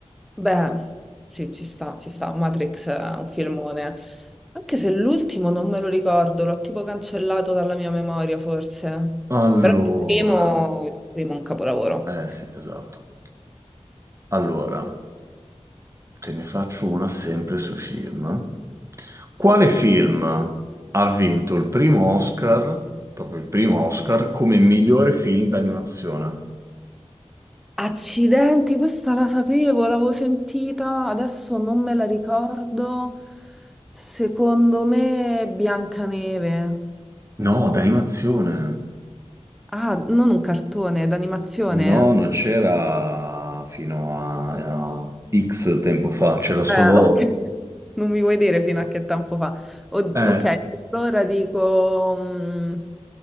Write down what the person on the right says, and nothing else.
Allora,
eh sì, esatto. Allora, te ne faccio una sempre su film. Quale film ha vinto il primo Oscar, proprio il primo Oscar, come migliore film d'animazione?
No, d'animazione.
No, non c'era fino a, a X tempo fa, c'era solo
Eh,